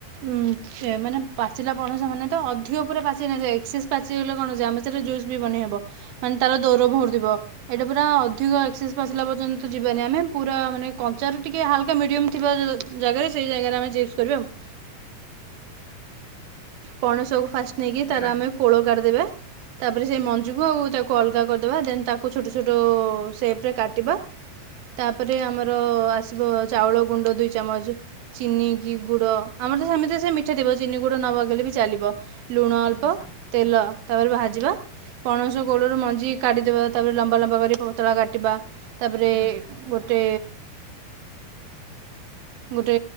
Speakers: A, on the right (about 85°); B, on the left (about 80°).
A: ଉଁ ସେ ମାନେ ପାଚିଲା ପଣସ ମାନେ ତ ଅଧିକ ଉପରେ ପାଚେନି ସେ ଏକ୍ସେସ୍ ପାଚିଲେ କଣ <unintelligible> ଆମ ସେହିରେ ଜୁସ୍ ବି ବନେଇ ହେବ। ମାନେ ତାର ଦୌର <unintelligible> ଥିବ ଏଇଟା ପୁରା ଅଧିକ ଏକ୍ସେସ୍ ଆସିଲା ପର୍ଯ୍ୟନ୍ତ ଯିବାନି ଆମେ ପୁରା ମାନେ କଞ୍ଚାରୁ ଟିକେ ହାଲକା ମିଡ଼ିୟମ୍ ଥିବା ଜାଗାରେ ସେଇ ଜାଗାରେ ଆମେ ଚିପ୍ସ କରିବା ଆଉ। ପଣସକୁ ଫାଷ୍ଟ ନେଇକି
B: ଦେବାନି।
A: ତାର ଆମେ କୋଳ କାଢିଦେବେ। ତାପରେ ସେଇ ମଞ୍ଜିକୁ ଆଉ ତାକୁ ଅଲଗା କରିଦବା ଦେନ୍ ତାକୁ ଛୋଟ-ଛୋଟ ସେପ୍ରେ କାଟିବା। ତାପରେ ଆମର ଆସିବ ଚାଉଳ ଗୁଣ୍ଡ ଦୁଇ ଚାମଚ୍ ଚିନି କି ଗୁଡ ଆମର ତ ସେମିତି ସେ ମିଠା ଥିବ, ଚିନି ଗୁଡ <unintelligible> ବି ଚାଲିବ, ଲୁଣ ଅଳ୍ପ
B: ଆଚ୍ଛା।
A: ତେଲ ତାପରେ ଭାଜିବା ପଣସ ଗୋଳରୁ ମଞ୍ଜି କା଼ଢିଦେବା ତାପରେ ଲମ୍ବା-ଲମ୍ବା କରି ପତଳା କାଟିବା। ତାପରେ
B: ହଁ
A: ଗୋଟେ ଗୋଟେ